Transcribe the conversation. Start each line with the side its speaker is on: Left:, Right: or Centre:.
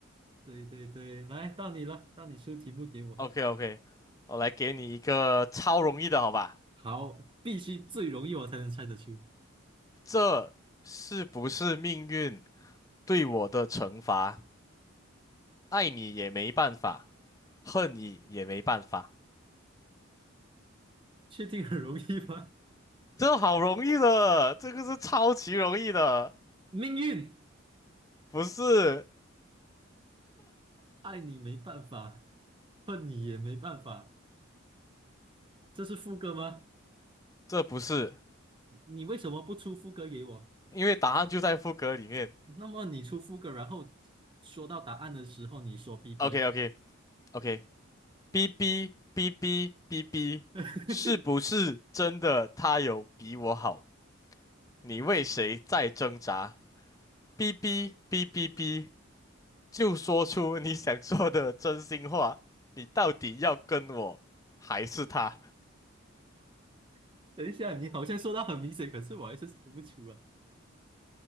Right: 对对对，来到你了，到你出题目给我。
Left: OK OK，我来给你一个超容易的，好吧？
Right: 好，必须最容易我才能猜得出，
Left: 这是不是命运对我的惩罚？爱你也没办法。恨你也没办法。
Right: 确定很容易吗？
Left: 这好容易的，这个是超级容易的，
Right: 命运，
Left: 不是，
Right: 爱你没办法，恨你也没办法。这是副歌吗？
Left: 这不是，
Right: 你为什么不出副歌给我？
Left: 因为答案就在副歌里面。
Right: 那么你出副歌，然后说到答案的时候，你说 “bb”。
Left: OK OK OK，b BB BB B B B，
Right: <laughs>
Left: 是不是真的他有比我好？你为谁在挣扎？b b BB B B，就说出你想说的真心话。你到底要跟我还是他？
Right: <laughs> 等一下，你好像说到很明显，可是我还是猜不出啊。